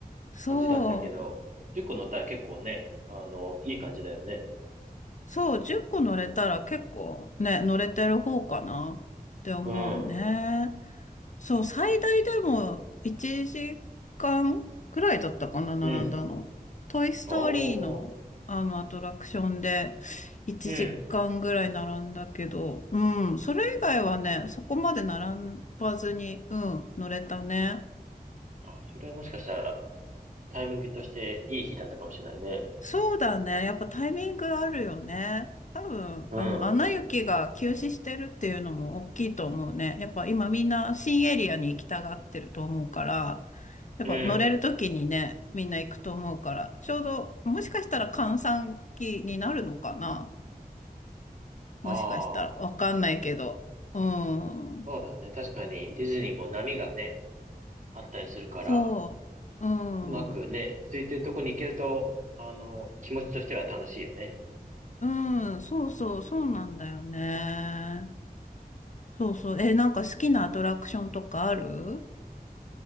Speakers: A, on the left (about 50°); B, on the right (about 50°).
A: そう。
B: 感じだったけど、10個乗ったら結構ね、あの、いい感じだよね。
A: そう、10個乗れたら結構ね、乗れてる方かなって思うね。
B: うん。
A: そう、最大でも1時間くらいだったかな、並んだの。
B: うん。
A: トイストーリーのあのアトラクションで1時間ぐらい並んだけど、
B: ああ、うん。
A: うん、それ以外はね、そこまで並ばずに、うん、乗れたね。
B: あ、それはもしかしたらタイミングとしていい日だったかもしれないね。
A: そうだね。やっぱタイミングあるよね。多分、
B: うん。
A: あの、アナ雪が休止してるっていうのも大きいと思うね。やっぱ今みんな新エリアに行きたがってると思うから、やっぱ乗れる時にね、
B: うん。
A: みんな行くと思うから、ちょうど、もしかしたら閑散期になるのかな
B: ああ、
A: もしかしたら。わかんないけど。うん。
B: そうだね。確かにディズニーも波がね、あったりするから、
A: そう。う
B: うまくね、
A: ん。
B: 空いてるとこに行けると、あの、気持ちとしては楽しいよね。
A: うん。そうそう、そうなんだよね。そうそう。え、なんか好きなアトラクションとかある